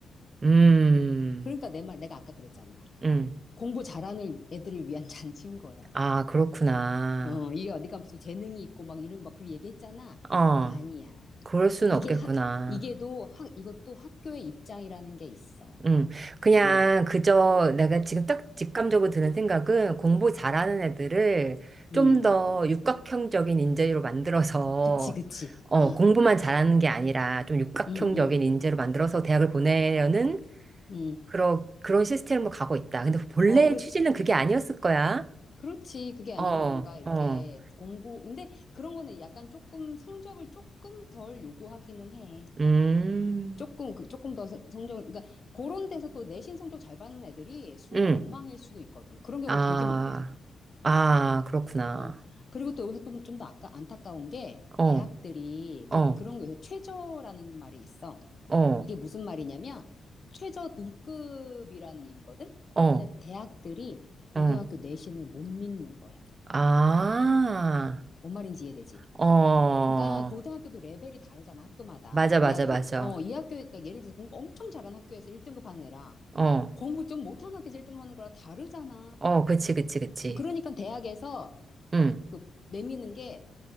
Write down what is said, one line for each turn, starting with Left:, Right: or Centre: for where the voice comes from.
Right: 음,
Left: 그러니까 내 말 내가 아까 그랬잖아.
Right: 음.
Left: 공부 잘하는 애들을 위한 <laughs> 잔치인 거야.
Right: 아, 그렇구나.
Left: 어, 이게 어디가 무슨 재능이 있고 막 이런 막 그런 얘기했잖아.
Right: 어,
Left: 아니야.
Right: 그럴 수는
Left: 이게
Right: 없겠구나.
Left: 학, 이게도 학, 이것도 학교의 입장이라는 게 있어.
Right: 음, 그냥
Left: 응,
Right: 그저 내가 지금 딱 직감적으로 드는 생각은 공부 잘하는 애들을
Left: 응.
Right: 좀 더 육각형적인 인재로 만들어서
Left: 그치, 그치.
Right: 어,
Left: 어,
Right: 공부만 잘하는 게 아니라 좀 육각형적인
Left: 응, 응,
Right: 인재로 만들어서 대학을 보내려는
Left: 응.
Right: 그런 그런 시스템으로 가고 있다. 근데 본래
Left: 어, 그렇지.
Right: 취지는 그게 아니었을 거야.
Left: 그렇지. 그게 아니라
Right: 어,
Left: 뭔가 이렇게
Right: 어,
Left: 공부, 근데 그런 거는 약간 조금 성적을 조금 덜 요구하기는 해.
Right: 음,
Left: 조금, 그- 조금 더 성- 성적을, 그러니까 그런 데서 또 내신 성적 잘 받는 애들이 수능
Right: 음,
Left: 엉망일 수도 있거든. 그런 경우
Right: 아,
Left: 되게 많거든.
Right: 아, 그렇구나.
Left: 어. 그리고 또 여기서 좀, 좀 더 아까 안타까운 게
Right: 어,
Left: 대학들이
Right: 어,
Left: 그, 그런 거에서 최저라는 말이 있어.
Right: 어,
Left: 이게 무슨 말이냐면 최저 등급이라는 얘기거든?
Right: 어,
Left: 근데 대학들이 고등학교
Right: 어.
Left: 내신을 못 믿는 거야.
Right: 아,
Left: 뭔 말인지 이해되지?
Right: 어,
Left: 그러니까 고등학교도 레벨이 다르잖아, 학교마다.
Right: 맞아,
Left: 이
Right: 맞아,
Left: 학,
Right: 맞아.
Left: 어, 이 학교, 그러니까 예를 들어서 공부 엄청 잘하는 학교에서 1등급 하는 애랑
Right: 어,
Left: 공부 좀 못하는 학교에서 1등 급 하는 거랑 다르잖아.
Right: 어, 그치, 그치, 그치.
Left: 그러니까 대학에서
Right: 응,
Left: 그 내미는 게